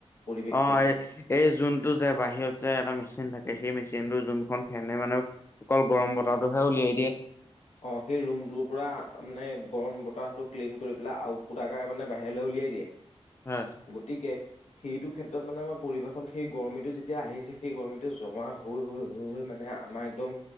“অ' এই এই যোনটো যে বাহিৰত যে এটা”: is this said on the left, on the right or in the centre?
Left